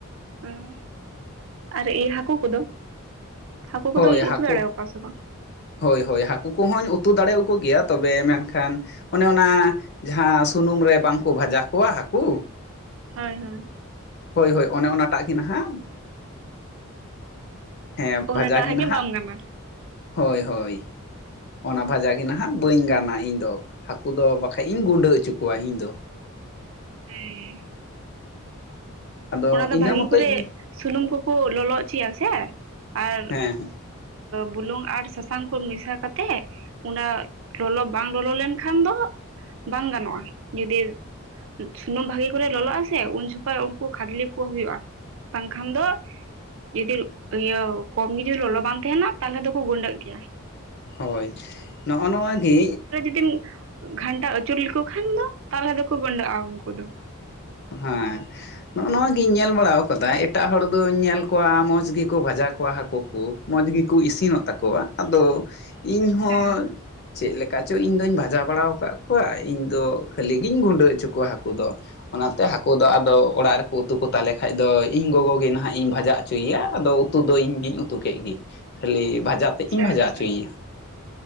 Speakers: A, on the right (about 65°); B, on the left (about 50°).
A: ᱦᱩᱸ ᱟᱨ ᱤᱭᱟᱹ ᱦᱟᱠᱩ ᱠᱚᱫᱚ? ᱦᱟᱹᱠᱩ
B: ᱦᱳᱭ
A: ᱠᱚᱫᱚᱢ ᱩᱛᱩ
B: ᱦᱟᱠᱩ
A: ᱫᱟᱲᱮᱭᱟᱠᱚᱣᱟ
B: ᱼᱼ
A: ᱥᱮ ᱵᱟᱝ
B: ᱦᱳᱭ ᱦᱳᱭ ᱦᱟᱹᱠᱩ ᱠᱚᱦᱚᱸᱧ ᱩᱛᱩ ᱫᱟᱲᱮᱣ ᱟᱠᱚ ᱜᱮᱭᱟ ᱛᱚᱵᱮ ᱢᱮᱱᱠᱷᱟᱱᱼᱼ ᱚᱱᱮ ᱚᱱᱟ ᱡᱟᱦᱟᱸ ᱥᱩᱱᱩᱢ ᱨᱮ ᱵᱟᱝᱠᱚ ᱵᱷᱟᱡᱟ ᱠᱚᱣᱟ ᱦᱟᱹᱠᱩᱼᱼ
A: ᱦᱳᱭ ᱦᱳᱭ ᱾
B: ᱦᱳᱭ ᱦᱳᱭ ᱚᱱᱮ ᱚᱱᱟᱴᱟᱜ ᱜᱮ ᱱᱟᱦᱟᱜᱼᱼ ᱦᱮᱸ
A: ᱚᱱᱟᱴᱟᱜ
B: ᱵᱷᱟᱡᱟ ᱜᱮ ᱱᱟᱦᱟᱜᱼᱼ
A: ᱵᱟᱢ ᱜᱟᱱᱟ
B: ᱦᱳᱭ ᱦᱳᱭ, ᱚᱱᱟ ᱵᱷᱟᱡᱟ ᱜᱮ ᱱᱟᱦᱟᱜ ᱵᱟᱹᱧ
A: ᱟᱪᱪᱷᱟ
B: ᱜᱟᱱᱟ ᱤᱧ ᱫᱚ᱾ ᱦᱟᱹᱠᱩ ᱫᱚ ᱵᱟᱠᱷᱟᱡ ᱤᱧ ᱜᱩᱸᱰᱟᱹ ᱚᱪᱚ ᱠᱚᱣᱟ ᱤᱧ ᱫᱚ᱾
A: ᱦᱮᱸ᱾
B: ᱟᱫᱚ
A: ᱚᱱᱟ ᱫᱚ
B: ᱤᱱᱟᱹ
A: ᱵᱷᱟᱹᱜᱤ
B: ᱢᱚᱛᱚᱡ
A: ᱠᱚᱨᱮ
B: ᱜᱮ
A: ᱥᱩᱱᱩᱢ ᱠᱚᱠᱚ ᱞᱚᱞᱚ ᱚᱪᱚᱭᱟ ᱥᱮ ᱟᱨᱼᱼ
B: ᱦᱮᱸ
A: ᱵᱩᱞᱩᱝ ᱟᱨ ᱥᱟᱥᱟᱝ ᱠᱚ ᱢᱮᱥᱟ ᱠᱟᱛᱮᱜᱼᱼ ᱚᱱᱟ ᱞᱚᱞᱚ ᱵᱟᱝ ᱞᱚᱞᱚ ᱞᱮᱱᱠᱷᱟᱱ ᱫᱚ ᱵᱟᱝ ᱜᱟᱱᱚᱜᱼᱟ ᱾ ᱡᱩᱫᱤᱼᱼ ᱥᱩᱱᱩᱢ ᱵᱷᱟᱹᱜᱤ ᱠᱚᱨᱮ ᱞᱚᱞᱚᱜᱼᱟ ᱥᱮ ᱩᱱ ᱡᱚᱠᱷᱚᱡᱼᱼ ᱩᱱᱠᱩ ᱠᱷᱟᱫᱽᱞᱮ ᱠᱚ ᱦᱩᱭᱩᱜᱼᱟ, ᱵᱟᱝ ᱠᱷᱟᱱ ᱫᱚᱼᱼ ᱡᱩᱫᱤ ᱤᱭᱟᱹ ᱠᱚᱢ ᱜᱮ ᱡᱩᱫᱤ ᱞᱚᱞᱚ ᱵᱟᱝ ᱛᱟᱦᱮᱱᱟ, ᱛᱟᱦᱚᱞᱮ ᱫᱚ ᱠᱚ ᱜᱩᱸᱰᱟᱹᱜ ᱜᱮᱭᱟ᱾
B: ᱦᱚᱭ ᱱᱚᱜᱼᱚ‌ ᱱᱚᱣᱟ ᱜᱤᱼᱼ
A: <unintelligible> ᱫᱤᱱ ᱜᱷᱟᱱᱴᱟ ᱟᱹᱪᱩᱨ ᱞᱮ ᱠᱚ ᱠᱷᱟᱱ ᱫᱚ ᱛᱟᱦᱚᱞᱮ ᱫᱚ ᱠᱚ ᱜᱩᱰᱟᱹᱜᱼᱟ ᱩᱱᱠᱩ ᱫᱚ᱾
B: ᱦᱮᱸ᱾ ᱱᱚᱜᱼᱚ ᱱᱚᱣᱟ ᱜᱤᱧ ᱧᱮᱞ ᱵᱟᱲᱟᱣ ᱠᱟᱫᱟ ᱮᱴᱟᱜ ᱦᱚᱲ ᱫᱚᱧ ᱧᱮᱞ ᱠᱚᱣᱟ ᱢᱚᱡᱽ ᱜᱮᱠᱚ ᱵᱷᱟᱡᱟ ᱠᱚᱣᱟ ᱦᱟᱹᱠᱩ ᱠᱩ᱾ ᱢᱚᱡᱽ ᱜᱮᱠᱚ ᱤᱥᱤᱱᱚᱜ ᱛᱟᱠᱚᱣᱟ ᱟᱫᱚ ᱤᱧ ᱦᱚᱸᱼᱼ
A: ᱦᱮᱸ
B: ᱪᱮᱫ ᱞᱮᱠᱟ ᱪᱚ ᱤᱧ ᱫᱩᱧ ᱵᱷᱟᱡᱟ ᱵᱟᱲᱟᱣ ᱟᱠᱟᱜ ᱠᱚᱣᱟ ᱤᱧ ᱫᱚ ᱠᱷᱟᱹᱞᱤ ᱜᱤᱧ ᱜᱩᱸᱰᱟᱹ ᱚᱪᱚ ᱠᱚᱣᱟ ᱦᱟᱹᱠᱩ ᱫᱚ᱾ ᱚᱱᱟ ᱛᱮ ᱦᱟᱹᱠᱩ ᱫᱚ ᱟᱫᱚ ᱚᱲᱟᱜ ᱨᱮ ᱠᱚ ᱩᱛᱩ ᱠᱚ ᱛᱟᱞᱮ ᱠᱷᱟᱱ ᱫᱚ ᱤᱧ ᱜᱚᱜᱚ ᱜᱮ ᱱᱟᱦᱟᱜ ᱤᱧ ᱵᱷᱟᱡᱟ ᱚᱪᱚ ᱮᱭᱟ ᱟᱫᱚᱼᱼ ᱩᱛᱩ ᱫᱚ ᱤᱧ ᱜᱤᱧ ᱩᱛᱩ ᱠᱮᱫ ᱜᱮ ᱠᱷᱟᱹᱞᱤ ᱵᱷᱟᱡᱟ ᱛᱮᱫ
A: ᱟᱪᱪᱷᱟ
B: ᱤᱧ ᱵᱷᱟᱡᱟ
A: ᱟᱪᱪᱷᱟ
B: ᱚᱪᱚ ᱮᱭᱟ᱾